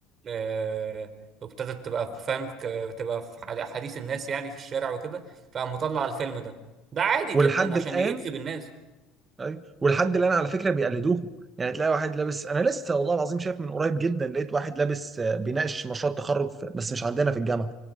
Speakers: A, on the right (about 40°); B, on the right (about 25°).
A: آه... وابتدت تبقى فاهم ك- تبقى في حد- حديث الناس يعني في الشارع وكده فقام مطلع الفيلم ده ده عادي
B: ولحد
A: جدا عشان
B: الان
A: يجذب الناس
B: ايوه والحد اللي انا على فكره بيقلدوهم يعني تلاقي واحد لابس انا لسه والله العظيم شايف من قريب جدا لقيت واحد لابس آه، بيناقش مشروع التخرج في- بس مش عندنا في الجامعه